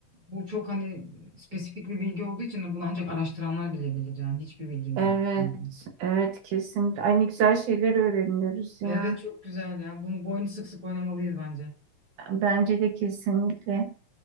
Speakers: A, on the right; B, on the right.
A: bu çok hani spesifik bir bilgi olduğu için bunu ancak araştıranlar bilebilir. Yani hiçbir bilgim
B: Evet,
A: yok. Hı hı.
B: evet kesinlikle. Aynı güzel şeyler öğreniyoruz ya.
A: Evet çok güzel yani. Bunu bu oyunu sık sık oynamalıyız bence.
B: Bence de kesinlikle.